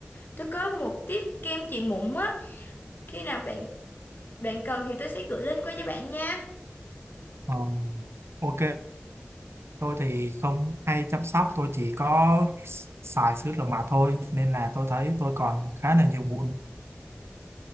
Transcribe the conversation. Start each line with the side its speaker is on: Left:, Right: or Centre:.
Left: tôi có một tiếp kem trị mụn á. Khi nào bạn bạn cần thì tôi sẽ gửi link qua cho bạn nha.
Right: Ờ, ok tôi thì không hay chăm sóc tôi chỉ có xài sữa rửa mặt thôi nên là tôi thấy tôi còn khá là nhiều mụn